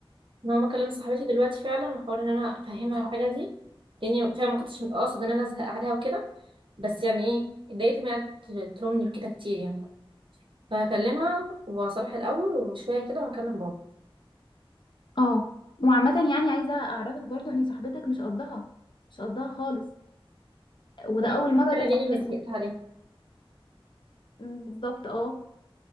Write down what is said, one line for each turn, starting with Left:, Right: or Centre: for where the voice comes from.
Right: ان هو مكلم صاحبتي دلوقتي فعلا واحاول ان انا افهمها الحاجه دي لاني فعلا ما كنتش اقصد ان انا ازهق عليها وكده بس يعني ايه اتضايقت من قعدت تلومني وكده كتير يعني فهكلمها وهصالحها الاول وشويه كده وهكلم بابا
Left: اه وعامه يعني عايزه اعرفك برضو ان صاحبتك مش قصدها مش قصدها خالص وده
Right: ممكن
Left: اول مره
Right: اتكلم
Left: تحصل
Right: ليه لما
Left: منها
Right: زهقت عليها
Left: م، بالظبط اه